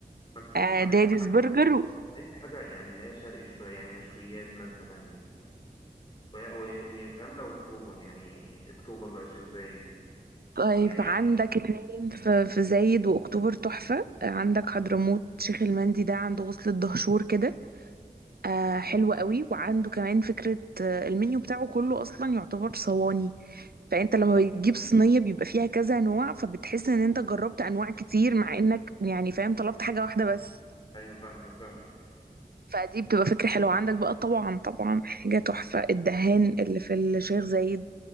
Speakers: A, on the left; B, on the right.
A: ما أنا
B: آه،
A: عايز عايز
B: داديز
A: حاجه
B: برجر
A: عايز حاجه يعني اللي هي شرقي شويه يعني مشويات مثلا و- و- ويا سلام لو اكتوبر يعني اكتوبر بقى شيخ زايد
B: طيب
A: يعني
B: عندك اتنين في في زايد وأكتوبر تحفة آه، عندك حضرموت شيخ المندي ده عند وصلة دهشور كده آه حلو قوي وعنده كمان فكرة آه المنيو بتاعه كله أصلا يعتبر صواني فأنت لما بتجيب صينية بيبقى فيها كذا نوع فبتحس إن أنت جربت أنواع كتير مع إنك يعني فاهم طلبت حاجة واحدة بس
A: ايوه فاهمك فاهم
B: فدي بتبقى فكرة حلوة عندك بقى طبعا طبعا حاجة تحفة الدهان اللي في الشيخ زايد